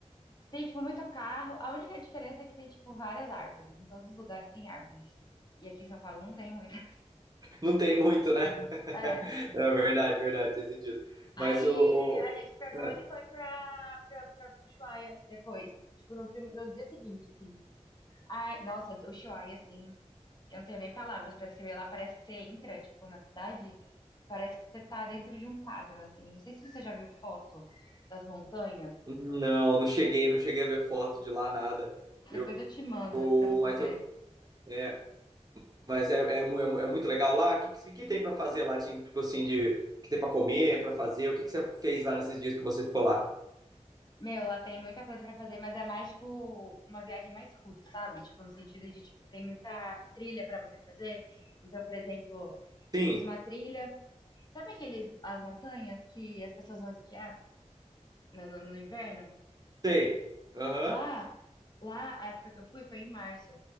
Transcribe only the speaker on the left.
Tem, tipo, muito carro. A única diferença é que tem, tipo, várias árvores. Em todos os lugares tem árvores. E aqui em São Paulo não tem muita. <laughs>
É.
Aí
a
gente pegou
ele e foi pra, pra, pra Ushuaia depois. Tipo, no, prim- no dia seguinte, assim. Ai, nossa, o Ushuaia, assim. Eu não tenho nem palavras pra descrever. Lá parece que você entra, tipo, na cidade, parece que você tá dentro de um quadro, assim. Não sei se você já viu foto das montanhas.
Depois
eu te mando pra você
ver.
Meu, lá tem muita coisa pra fazer, mas é mais tipo uma viagem mais roots, sabe? Tipo, no sentido de, tipo, tem muita trilha pra você fazer. Então, por exemplo, eu
fiz uma trilha. Sabe aqueles, as montanhas que as pessoas vão esquiar no, no no inverno?
Lá, lá, a época que eu fui foi em março.